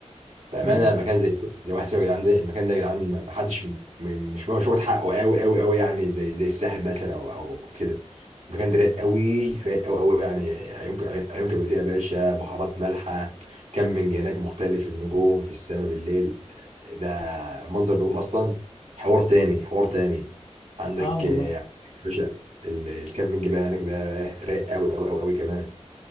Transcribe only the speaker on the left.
فاهم
اه والله